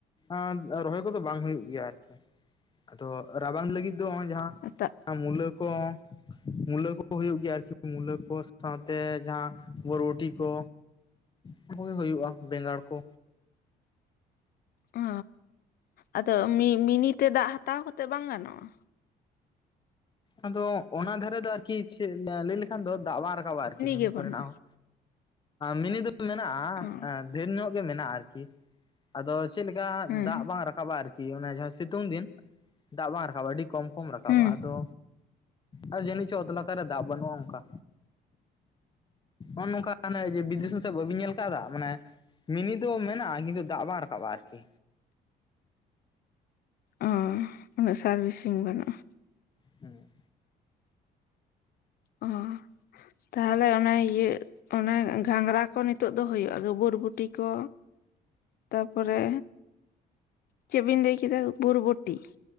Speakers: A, on the left; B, on the left.
A: ᱟᱸ ᱨᱚᱦᱚᱭ ᱠᱚᱫᱚ ᱵᱟᱝ ᱦᱩᱭᱩᱜ ᱜᱮᱭᱟ ᱟᱨᱠᱤ ᱟᱫᱚ ᱨᱟᱵᱟᱝ ᱞᱟᱹᱜᱤᱫ ᱫᱚ ᱚᱭ ᱡᱟᱦᱟᱸ
B: ᱫᱟᱜ
A: ᱢᱩᱞᱟᱹ ᱠᱚ, ᱢᱩᱞᱟᱹ ᱠᱚ ᱦᱩᱭᱩᱜ ᱜᱮᱭᱟ ᱟᱨᱠᱤ ᱢᱩᱞᱟᱹ ᱠᱚ ᱥᱟᱶ ᱛᱮ ᱡᱟᱦᱟᱸ ᱵᱚᱨᱵᱚᱴᱤ ᱠᱚ ᱚᱱᱟ ᱠᱚᱜᱮ ᱦᱩᱭᱩᱜᱼᱟ ᱵᱮᱸᱜᱟᱲ ᱠᱚ᱾
B: ᱚ ᱟᱫᱚ ᱢᱤ ᱢᱤᱱᱤ ᱛᱮ ᱫᱟᱜᱽ ᱦᱟᱛᱟᱣ ᱠᱟᱛᱮᱫ ᱵᱟᱝ ᱜᱟᱱᱚᱜᱼᱟ?
A: ᱟᱫᱚ ᱚᱱᱟ ᱫᱷᱟᱨᱮ ᱫᱚ ᱟᱨᱠᱤ ᱪᱮᱫ ᱞᱟᱹᱭ ᱞᱮᱠᱷᱟᱱ ᱫᱚ ᱫᱟᱜ ᱵᱟᱝ ᱨᱟᱠᱟᱵᱟ ᱟᱨᱠᱤ ᱢᱤᱱᱤ
B: ᱜᱮ ᱵᱟᱹᱱᱩᱜᱼᱟ
A: ᱠᱚᱨᱮᱱᱟᱜ ᱦᱚᱸ᱾ ᱢᱤᱱᱤ ᱫᱚ ᱢᱮᱱᱟᱜᱼᱟ,
B: ᱚ
A: ᱰᱷᱮᱨ ᱧᱚᱜ ᱜᱮ ᱢᱮᱱᱟᱜᱼᱟ ᱟᱨᱠᱤ᱾ ᱟᱫᱚ ᱪᱮᱫ ᱞᱮᱠᱟ
B: ᱦᱮᱸ
A: ᱫᱟᱜᱽ ᱵᱟᱝ ᱨᱟᱠ ᱠᱟᱵ ᱟ ᱟᱨᱠᱤ ᱚᱱᱮ ᱡᱟᱦᱟᱸ ᱥᱤᱛᱩᱝ ᱫᱤᱱ ᱫᱟᱜᱽ ᱵᱟᱝ ᱨᱟᱠᱟᱵᱟ ᱟᱹᱰᱤ ᱠᱚᱢ ᱠᱚᱢ ᱨᱟᱠᱟᱣᱼᱟ
B: ᱦᱮᱸ
A: ᱟᱫᱚ ᱟᱨ ᱡᱟᱹᱱᱤᱡ ᱪᱚ ᱚᱛ ᱞᱟᱛᱟᱨ ᱨᱮ ᱫᱟᱜᱽ ᱵᱟᱹᱱᱩᱜᱼᱟ ᱚᱱᱠᱟ᱾ ᱚᱼᱱᱚᱝᱠᱟ ᱟᱱᱮ ᱵᱤᱫᱮᱥᱚ ᱥᱮᱫ ᱵᱟᱹᱵᱤᱱ ᱧᱮᱞ ᱠᱟᱜᱼᱟ ᱫᱟᱜ ᱢᱟᱱᱮ ᱢᱤᱱᱤ ᱫᱚ ᱢᱮᱱᱟᱜᱼᱟ ᱠᱤᱱᱛᱩ ᱫᱟᱜᱽ ᱵᱟᱝ ᱨᱟᱠᱟᱵᱼᱟ ᱟᱨᱠᱤ᱾
B: ᱚ ᱩᱱᱟᱹᱜ ᱥᱟᱨᱵᱷᱤᱥᱤᱝ ᱵᱟᱹᱱᱩᱜᱼᱟ᱾
A: ᱦᱩᱸ᱾
B: ᱚ᱾ ᱛᱟᱦᱚᱞᱮ ᱚᱱᱟ ᱤᱭᱟᱹ, ᱜᱷᱟᱸᱝᱨᱟ ᱠᱚ ᱱᱤᱛᱳᱜ ᱫᱚ ᱦᱩᱭᱩᱜᱼᱟ ᱜᱟᱹᱵᱟᱹᱨ ᱵᱚᱴᱤ ᱠᱚ᱾ ᱛᱟᱨᱯᱚᱨᱮ ᱪᱮᱜ ᱵᱤᱱ ᱞᱟᱹᱭ ᱠᱮᱫᱟ ᱵᱚᱨᱵᱚᱴᱤ?